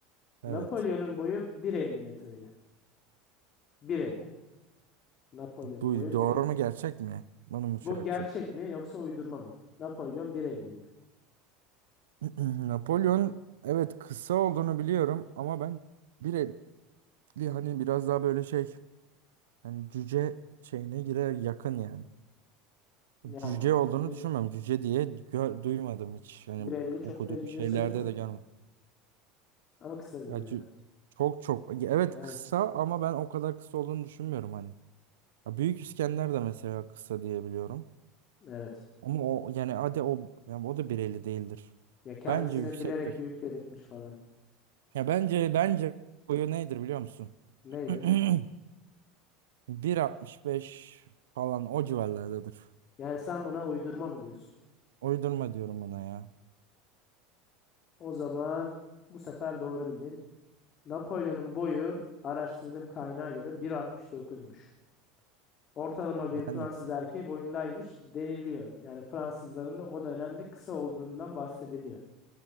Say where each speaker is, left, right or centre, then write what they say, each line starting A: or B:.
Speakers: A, on the right (about 75°); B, on the left (about 40°).
A: Evet.
B: Napolyon'un boyu 1.50 metreydi. 1.50. Napolyon'un
A: Bu
B: boyu
A: doğru
B: 1.50.
A: mu gerçek mi? Bunu mu
B: Bu
A: şey yapacağım?
B: gerçek mi yoksa uydurma mı? Napolyon 1.50 idi.
A: <clears throat> Napolyon evet kısa olduğunu biliyorum ama ben bir etli hani biraz daha böyle şey yani cüce şeyine girer yakın yani.
B: Yani
A: Cüce
B: cüce
A: olduğunu düşünmem. Cüce diye gö- duymadım hiç. Yani
B: 1.50 çok
A: okuduğum
B: da cüce
A: şeylerde
B: sayılmaz
A: de görmedim.
B: ya. Ama kısa bir
A: Ya
B: boy
A: cü-
B: evet.
A: çok çok Ya evet
B: Aynen.
A: kısa ama ben o kadar kısa olduğunu düşünmüyorum hani. Ya Büyük İskender de mesela kısa diye biliyorum.
B: Evet.
A: Ama o yani hadi o yani o da 1.50 değildir.
B: Ya kendisine
A: Bence yüksektir.
B: bilerek büyük dedirtmiş falan.
A: Ya bence bence boyu nedir biliyor musun?
B: Neydir?
A: <clears throat> Bir altmış beş falan o civarlardadır.
B: Yani sen buna uydurma mı diyorsun?
A: Uydurma diyorum buna ya.
B: O zaman bu sefer doğru bildin. Napolyon'un boyu araştırdığım kaynağa göre 1.69'muş. Ortalama bir Fransız
A: Yani
B: erkeği boyundaymış deniliyor. Yani Fransızların da o dönemde kısa olduğundan bahsediliyor.